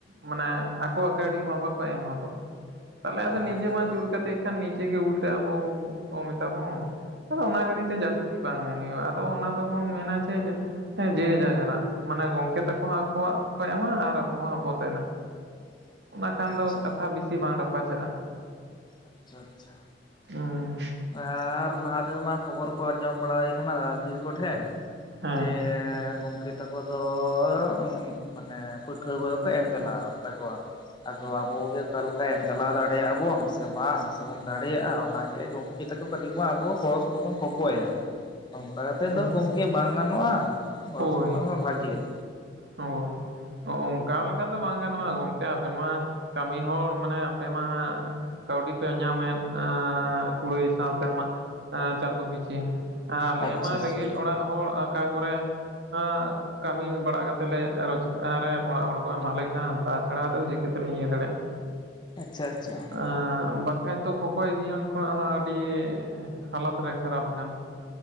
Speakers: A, on the right (about 70°); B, on the left (about 25°).
A: ᱢᱟᱱᱮ ᱟᱠᱚᱣᱟᱜ ᱠᱟᱹᱣᱰᱤ ᱢᱟ ᱵᱟᱠᱚ ᱮᱢ ᱦᱚᱫᱚᱜ᱾ ᱛᱟᱦᱞᱮ ᱟᱫᱚ
B: ᱟᱪᱪᱷᱟ
A: ᱱᱤᱡᱮ
B: ᱛᱟᱦᱚᱞᱮ
A: ᱢᱟ ᱡᱳᱨ ᱠᱟᱛᱮᱜ ᱠᱷᱟᱱ ᱱᱤᱡᱮ ᱜᱮ ᱩᱞᱴᱟᱹ ᱟᱵᱚ ᱠᱚ ᱢᱮᱛᱟᱵᱚᱱ᱾ ᱟᱫᱚ ᱚᱱᱟ ᱠᱷᱟᱹᱛᱤᱨ ᱛᱮ ᱡᱟᱹᱥᱛᱤ ᱵᱟᱝ ᱢᱮᱱ ᱦᱩᱭᱩᱜᱼᱟ᱾ ᱟᱫᱚ ᱚᱱᱟ ᱫᱚᱵᱚᱱ ᱢᱮᱱᱟ ᱡᱮ ᱦᱮᱸ ᱡᱮ ᱡᱟᱼᱡᱟᱨᱟᱜ ᱢᱟᱱᱮ ᱜᱚᱝᱠᱮ ᱛᱟᱠᱚ ᱦᱚᱸ ᱟᱠᱚᱣᱟᱜ ᱠᱚ ᱮᱢᱟ ᱟᱨ ᱟᱵᱚ ᱦᱚᱸ ᱟᱵᱚ ᱛᱮᱱᱟᱜ᱾
B: <inaudible>
A: ᱵᱟᱠᱷᱟᱱ
B: ᱟᱪᱪᱷᱟ
A: ᱫᱚ ᱠᱟᱛᱷᱟ ᱵᱮᱥᱤ ᱵᱟᱝ ᱨᱟᱯᱟᱪᱟᱜᱼᱟ᱾
B: ᱟᱪᱪᱷᱟ ᱟᱪᱪᱷᱟ
A: ᱩᱸ
B: ᱟᱨ ᱞᱟᱦᱟ ᱛᱮᱫᱚ ᱢᱟ ᱠᱷᱚᱵᱚᱨ ᱠᱚ ᱟᱸᱡᱚᱢ ᱵᱟᱲᱟ ᱦᱩᱭ ᱠᱟᱱᱟ ᱫᱟᱫᱟ ᱫᱤᱫᱤ ᱛᱟᱠᱚᱴᱷᱮᱱ
A: ᱦᱮᱸ
B: ᱡᱮ ᱮ ᱜᱚᱝᱠᱮ ᱛᱟᱠᱚ ᱫᱚ ᱩᱝ ᱢᱟᱱᱮ ᱯᱟᱹᱴᱷᱩᱣᱟᱹ ᱠᱚᱜᱮ ᱠᱚ ᱮᱢ ᱪᱞᱟᱣ ᱛᱟᱠᱚᱣᱟ᱾ ᱟᱫᱚ ᱟᱵᱚ ᱜᱮ ᱚᱠᱟᱞᱮᱠᱟ ᱮᱢ ᱪᱟᱞᱟᱣ ᱫᱟᱲᱮᱭᱟᱜᱼᱟ ᱵᱚᱱ ᱥᱮ ᱵᱟᱝ ᱥᱮᱵᱚᱱ ᱫᱟᱲᱮᱭᱟᱜᱼᱟ ᱚᱱᱟᱜ ᱜᱚᱝ ᱠᱮ ᱛᱟᱠᱚ ᱠᱟᱹᱴᱤᱡ ᱵᱚ ᱟᱵᱚ ᱜᱚᱲᱚ ᱥᱚᱯᱚᱜ ᱵᱚᱱ ᱠᱚᱠᱚᱭᱟ ᱚᱝᱠᱟ ᱠᱟᱛᱮᱜ
A: ᱦᱩᱸ
B: ᱫᱚ ᱜᱚᱝᱠᱮ ᱵᱟᱝ ᱜᱟᱱᱚᱜᱼᱟ᱾ ᱠᱟᱹᱴᱤᱡ ᱜᱚᱲᱚ
A: ᱦᱳᱭ
B: ᱥᱚᱯᱚᱦᱚᱫ ᱦᱚᱸ ᱵᱷᱟᱜᱮᱭᱟ᱾
A: ᱦᱳᱭ ᱚᱱᱠᱟ ᱞᱮᱠᱷᱟᱱ ᱫᱚ ᱵᱟᱝ ᱜᱟᱱᱚᱜᱼᱟ ᱜᱚᱝᱠᱮ ᱟᱵᱮᱱ ᱢᱟ ᱠᱟᱹᱢᱤ ᱦᱚᱲ ᱢᱟᱱᱮ ᱦᱟᱱᱛᱮ ᱢᱟ ᱠᱟᱹᱣᱰᱤ ᱯᱮ ᱧᱟᱢᱮᱜ ᱮᱸ ᱠᱩᱲᱟᱹᱭ ᱥᱟᱶᱛᱮᱢᱟ ᱮᱸ ᱪᱟᱸᱫᱳ ᱯᱤᱪᱷᱤ᱾ ᱟᱞᱮ
B: ᱟᱪᱪᱷᱟ
A: ᱢᱟ
B: ᱟᱪᱪᱷᱟ
A: ᱨᱮᱸᱜᱮᱡ ᱚᱲᱟᱜ ᱦᱚ ᱟᱠᱟ ᱠᱚᱨᱮ ᱦᱟᱸ ᱠᱟᱹᱢᱤ ᱵᱟᱲᱟ ᱠᱟᱛᱮᱜ ᱞᱮ ᱨᱳᱡ ᱟᱨᱟ᱾ ᱚᱲᱟᱜ ᱦᱚᱲ ᱠᱚ ᱮᱢᱟᱞᱮ ᱠᱟᱱᱟᱱ ᱛᱟ ᱪᱷᱟᱲᱟ ᱫᱚ ᱪᱤᱠᱟᱹᱛ ᱮᱞᱤᱧ ᱤᱭᱟᱹ ᱫᱟᱲᱮᱜᱼᱟ᱾
B: ᱟᱪᱪᱷᱟ ᱟᱪᱪᱷᱟ
A: ᱟᱸ ᱵᱟᱠ ᱦᱮᱸ ᱛᱚ ᱠᱷᱚᱠᱚᱭ ᱡᱤᱭᱚᱱ ᱠᱷᱚᱱᱟᱜ ᱦᱚᱸ ᱟᱹᱰᱤ ᱦᱟᱞᱟᱛ ᱨᱮ ᱠᱷᱟᱨᱟᱯ ᱟᱠᱟᱱ